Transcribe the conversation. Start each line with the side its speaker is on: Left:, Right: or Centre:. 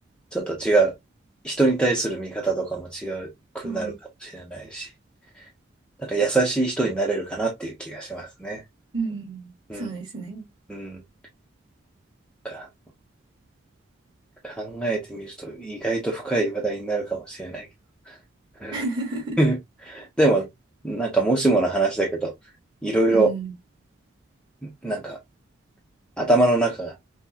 Centre: ちょっと違う。人に対する見方とかも違うくなるかもしれないし、
Right: ああ、
Centre: なんか優しい人になれるかなっていう気がしますね。
Right: うん。
Centre: うん。
Right: そうですね。
Centre: うん。か考えてみると意外と深い話題になるかもしれないけど。
Right: <laughs>
Centre: <laughs> でも、なんかもしもの話だけど、いろいろ、
Right: うん。
Centre: なんか頭の中が、